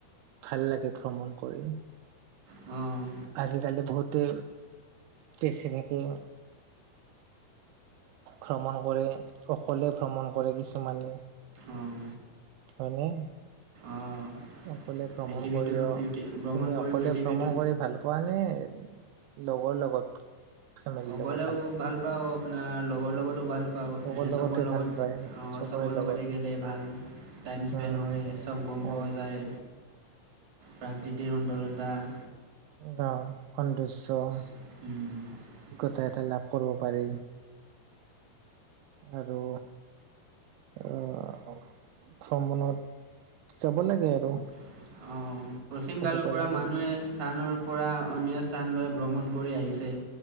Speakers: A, on the right; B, on the right.
A: ভাল লাগে ভ্ৰমণ কৰি।
B: উম।
A: আজিকালি বহুতে বেছিভাগে ভ্ৰমণ কৰে। অকলে ভ্ৰমণ কৰে কিছুমানে
B: অঁ
A: হয়নে
B: অঁ
A: অকলে ভ্ৰমণ
B: পৃথিৱীটো
A: কৰি অ
B: ভ্ৰমণ
A: তুমি
B: কৰি
A: অকলে
B: পৃথিৱীটোক
A: ভ্ৰমণ কৰি ভাল পোৱানে নে লগৰ লগত ফেমেলিৰ
B: অকলেও
A: লগত ভাল পোৱা
B: পাওঁ আপোনাৰ লগৰ লগতো ভাল পাওঁ
A: লগৰ
B: এনে চবৰ
A: লগতে
B: লগত
A: ভাল পায় চবৰে
B: চবৰ
A: লগত
B: লগতে গেলে ভাল টাইম স্পেণ্ড
A: উম
B: হয় চব গম
A: তাৰপিছত
B: পোৱা যায় প্ৰাকৃতি ধীৰণ দৰ দা <inaudible>
A: গাঁও সন্দৰ্য।
B: <unintelligible>
A: সহায়তা লাভ কৰিব পাৰি আৰু অহ। <inaudible> খ্ৰনত। <unintelligible> যাব লাগে আৰু।
B: অঁ। প্ৰাচীন
A: কৰিব
B: কালৰ পৰা
A: লাগে
B: মানুহে স্থানৰ পৰা অন্য স্থানলৈ ভ্ৰমণ কৰি আহিছে